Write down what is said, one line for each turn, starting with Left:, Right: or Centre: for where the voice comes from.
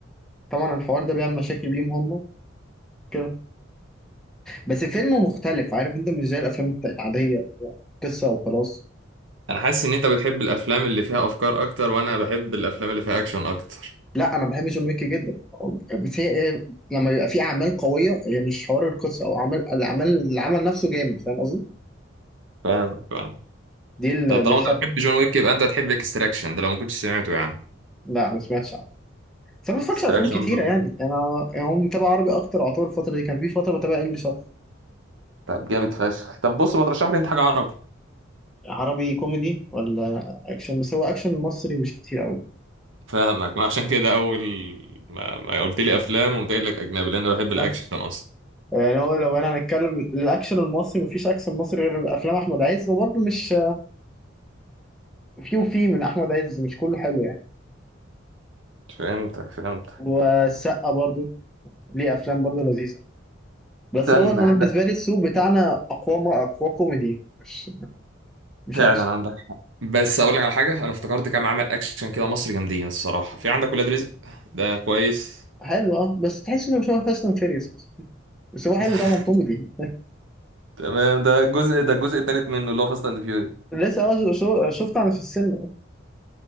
Centre: طبعا الحوار ده بيعمل مشاكل ليهم هم كده بس فيلم مختلف عارف انت مش زي الافلام الت- العاديه هو قصه وخلاص
Right: انا حاسس ان انت بتحب الافلام اللي فيها افكار اكتر وانا بحب الافلام اللي فيها اكشن اكتر
Centre: لا انا بحب جون ويك جدا بس هي لما بيبقى في اعمال قويه هي مش حوار القصه او عمل الاعمال العمل نفسه جامد فاهم قصدي
Right: فاهمك فاهم
Centre: دي اللي
Right: طب
Centre: بتخلي
Right: طالما انت بتحب جون ويك يبقى انت تحب اكستراكشن ده لو ما كنتش سمعته يعني
Centre: لا ما سمعتش عنه بس انا ما
Right: اكستراكشن
Centre: بتفرجش على افلام كتيره
Right: برضه
Centre: يعني انا يعني هم متابع عربي اكتر اعتبر الفتره دي كان في فتره بتابع انجلش اكتر
Right: طب جامد فشخ طب بص ما ترشح لي انت حاجه عربي
Centre: عربي كوميدي ولا اكشن بس هو اكشن مصري مش كتير قوي
Right: فاهمك ما عشان كده اول ما, ما قلت لي افلام وقمت قايل لك اجنبي لان انا بحب الاكشن
Centre: أه؟
Right: اصلا
Centre: يعني هو لو انا هنتكلم الاكشن المصري مفيش اكشن مصري غير افلام احمد عز وبرضه مش في وفي من احمد عز مش كله حلو يعني
Right: فهمتك فهمتك
Centre: والسقا برضه ليه افلام برضه لذيذه بس
Right: استنى
Centre: هو انا بالنسبه لي السوق بتاعنا اقوى ما اقوى كوميدي مش مش
Right: فعلا
Centre: اكشن
Right: عندك حق بس اقول لك على حاجه انا افتكرت كام عمل اكشن كده مصري جامدين الصراحه في عندك ولاد رزق ده كويس
Centre: حلو اه بس تحس انه شبه فاست اند فيريوس بس بس هو حلو
Right: <laughs>
Centre: طبعا كوميدي
Right: تمام ده الجزء ده الجزء التالت منه اللي هو فاست اند فيوري
Centre: لسه اه شو- شفت عن في السينما